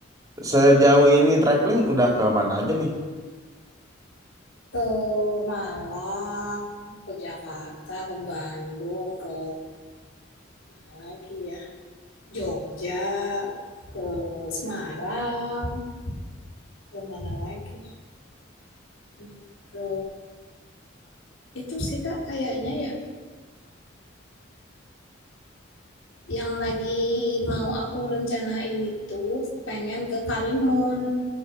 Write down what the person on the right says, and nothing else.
Sejauh ini traveling udah ke mana aja nih?